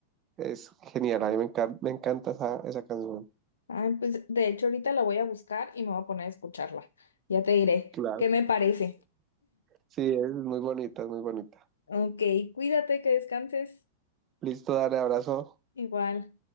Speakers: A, on the right (about 35°); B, on the left (about 80°).
A: es genial, a mí me encanta, me encanta esa, esa canción.
B: Ah, pues de hecho ahorita la voy a buscar y me voy a poner a escucharla. Ya te diré
A: Claro.
B: qué me parece.
A: Sí, es muy bonita, es muy bonita.
B: Ok, cuídate, que descanses.
A: Listo, dale abrazo.
B: Igual.